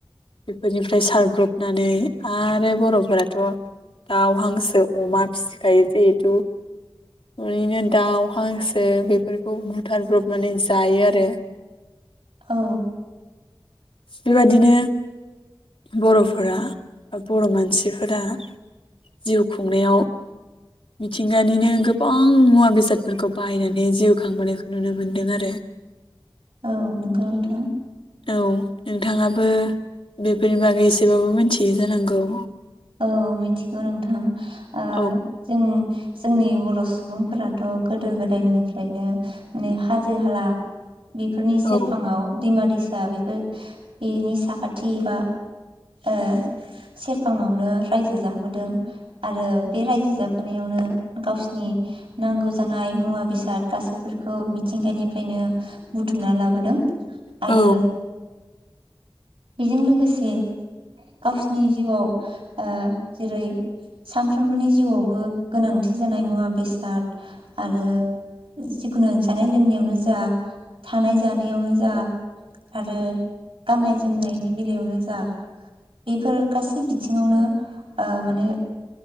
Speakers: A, on the left (about 75°); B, on the right (about 80°).
A: बिफोरनिफ्राय सारब्रबनानै आरो बर'फोराथ' दाउ, हांसो, अमा फिसिखायो जिहेथु ओरैनो दाउ हांसो बेफोरखौ बुथारब्रबनानै जायो आरो।
B: औ।
A: बेबायदिनो बर'फोरा बा बर' मानसिफोरा जिउ खुंनायाव मिथिंगानिनो गोबां मुवा बेसादफोरखौ बाहायनानै जिउ खांबोनायखौ नुनो मोन्दों आरो <inaudible>
B: औ नोंगौ नोंथां।
A: औ नोंथाङाबो बेफोरनि बागै एसेबाबो मिथियो जानांगौ
B: औ मिथिगौ नोंथां ओ
A: औ
B: जों जोंनि बर' सुबुंफोराथ' गोदो गोदायनिफ्रायनो माने हाजो हाला बिफोरनि
A: औ
B: सेरफाङाव दैमा दैसा बेफोर बेनि साखाथि बा ओ सेरफाङआव आवनो रायजो जाबोदों आरो बे रायजो जाबोनायावनो गावसिनि नांगौ जानाय मुवा बेसाद गासैफोरखौ मिथिंगानिफ्रायनो बुथुमना लाबोदों। आरो
A: औ
B: बिजों लोगोसे गावसिनि जिउआव ओ जेरै सानफ्रोमबोनि जिउआवबो गोनांथि जानाय मुवा बेसाद आरो जिखुनु जानाय लोंनायावनो जा थानाय जानायावनो जा आरो गाननाय जोमनायनि बेलायावनो जा बिफोर गासै बिथिं सिंङावनो ओ माने